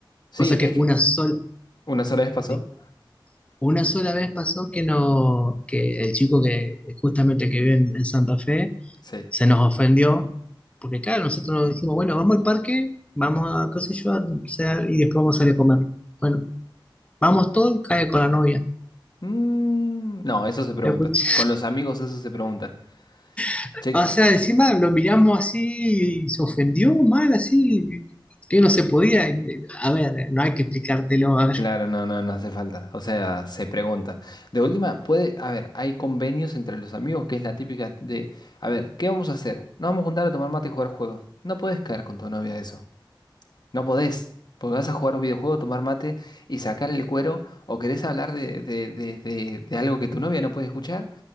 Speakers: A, on the left (about 55°); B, on the left (about 15°).
A: Sí,
B: O sea que
A: es que
B: una sola,
A: una sola vez pasó,
B: sí, una sola vez pasó que no, que el chico que justamente que vive en en Santa Fe,
A: sí.
B: se nos ofendió, porque claro, nosotros dijimos, bueno, vamos al parque, vamos a, qué sé yo, a pasear y después vamos a salir a comer. Bueno, vamos todos cae con la novia.
A: Mm, no, eso se pregunta,
B: La cuch-
A: con los amigos eso se pregunta.
B: <laughs>
A: Chico,
B: O sea, encima lo miramos así y se ofendió mal, así, que no se podía. A ver, no hay que explicártelo, a
A: claro,
B: ver.
A: no, no, no hace falta, o sea, se pregunta. De última, puede, a ver, hay convenios entre los amigos que es la típica de, a ver, ¿qué vamos a hacer? Nos vamos a juntar a tomar mate y jugar juegos. No puedes caer con tu novia a eso. No podés, porque vas a jugar un videojuego, tomar mate y sacar el cuero, o querés hablar de, de- de- de- de algo que tu novia no puede escuchar,